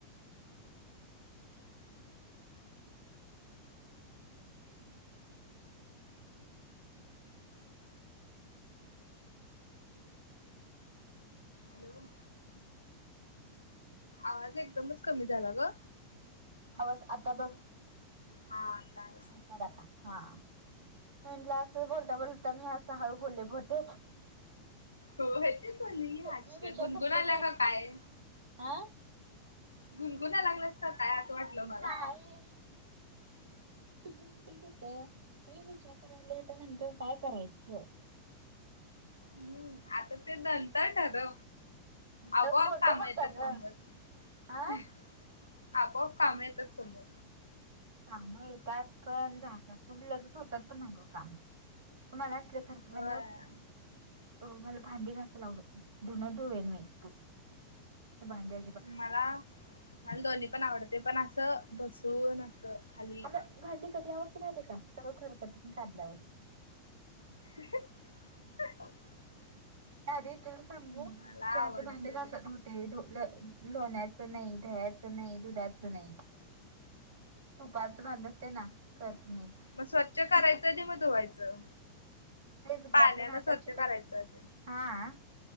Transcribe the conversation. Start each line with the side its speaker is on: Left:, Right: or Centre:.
Right: ह. हम्.
Left: हॅलो.
Right: ह् ह.
Left: आवाज एकदमच कमी झाला ग.
Right: हवस आता बघ.
Left: हा चालेल.
Right: आता हा म्. बोललता बोललता मे्या सहळू बोले भतेे
Left: हो य तेच झाली आजशी
Right: मी
Left: काय
Right: विचार
Left: गुणगुण
Right: करते
Left: आल्या का काय?
Right: हा.
Left: गुणगुना लागलं अस काय असं वाटलं मला.
Right: नाही. होत मी विचार करायला त्यानंतर काय करायचं.
Left: हम्म आता ते दंत ठात
Right: असं
Left: आवो
Right: बोलता
Left: काम
Right: बोलता
Left: येतात
Right: ग
Left: समोर
Right: हा
Left: आपोआप काम येतात समोर
Right: काम येतात पण जातात पण लगेच होतात पण ना गं काम मला असले खर्च
Left: होय
Right: म मला भांडी घायला लावडत धुण न मी भांड्या
Left: मला मला दोन्ही पण आवडते पण असं बसून असं. खाली
Right: मता भांडी कधी अवस्थे मा आहे का सगळं खरख पण काढल्यावर
Left: <unintelligible>
Right: नाहीध तुला सांगू
Left: मला
Right: जहाज
Left: आवडते
Right: भांधे घास नव्हत. ते ल लोण्याचं नाही दयाचं नाही दुधाचं नाही. तुपाच बांध असते ना करफ नाही.
Left: मग स्वच्छ करायचंधी मग धुवायचं
Right: तेच ग
Left: पाण्यान
Right: आपल्या हाताला
Left: स्वच्छ
Right: चिकट
Left: करायचं आधी
Right: हा